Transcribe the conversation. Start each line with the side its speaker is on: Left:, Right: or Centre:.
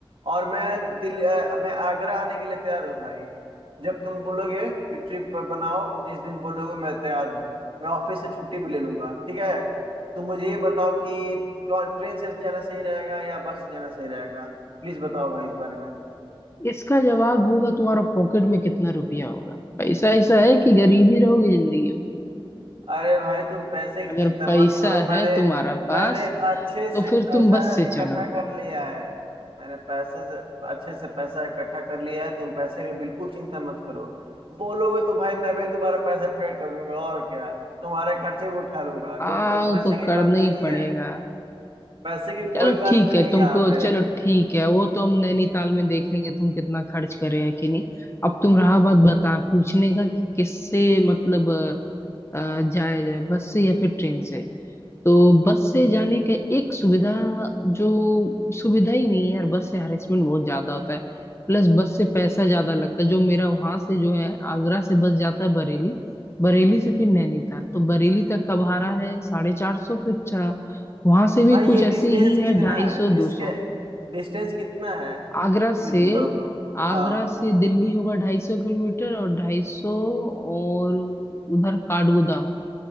Right: और मैं दिल अ, मैं आगरा आने के लिए तैयार हूँ भाई जब तुम बोलोगे कि ट्रिप बनाओ जिस दिन बोलोगे मैं तैयार हूँ मैं ऑफिस से छुट्टी भी ले लूंगा ठीक है तुम मुझे ये बताओ कि ट्रेन से जाना सही रहेगा या बस से जाना सही रहेगा प्लीज बताओ भाई इस बारे में
Left: हैं। इसका जवाब होगा तुम्हारा पॉकेट में कितना रुपया होगा पैसा ऐसा है कि गरीबी रहोगे जिंदगी में
Right: अरे भाई तुम पैसे की
Left: अगर
Right: चिंता
Left: पैसा
Right: मत करो मैंने
Left: है तुम्हारा पास
Right: मैंने अच्छे से
Left: तो फिर
Right: पैसा
Left: तुम बस से
Right: इकट्ठा
Left: चलो
Right: कर लिया है मैंने पैसे से अच्छे से पैसा इकट्ठा कर लिया है तुम पैसे की बिल्कुल चिंता मत करो बोलोगे तो भाई मैं भी तुम्हारा पैसा पेड कर दूंगा और क्या तुम्हारे खर्चे भी उठा लूंगा
Left: आओ
Right: डोंट वरी पैसे
Left: तो
Right: की
Left: करना
Right: बात
Left: ही
Right: नहीं
Left: पड़ेगा
Right: है पैसे की कोई
Left: चलो
Right: बात
Left: ठीक
Right: नहीं
Left: है
Right: है
Left: तुमको
Right: यहाँ पे
Left: चलो ठीक है वो तो हम नैनीताल में देख लेंगे तुम कितना खर्च कर रहे हो कि नहीं अब तुम रहा बात बता पूछने का कि किससे मतलब अ, अ, जाया जाए बस से या फिर ट्रेन से तो बस से जाने का एक सुविधा जो सुविधा ही नहीं है यार बस से हरेसमेंट बहुत ज्यादा होता है प्लस बस से पैसा ज्यादा लगता है जो मेरा वहां से जो है आगरा से बस जाता है बरेली बरेली से फिर नैनीताल तो बरेली तक का भाड़ा है साढ़े चार सौ फिर चा, वहां से भी
Right: भाई
Left: कुछ
Right: ये
Left: ऐसे
Right: डिस्टेंस
Left: ही
Right: कितना
Left: है ढाई
Right: है
Left: सौ
Right: डिस्के
Left: दो सौ
Right: डिस्टेंस कितना है
Left: आगरा
Right: ये
Left: से
Right: मुझे बताओ
Left: आगरा
Right: हाँ
Left: से दिल्ली होगा ढाई सौ किलोमीटर और ढाई सौ और उधर काठगोदाम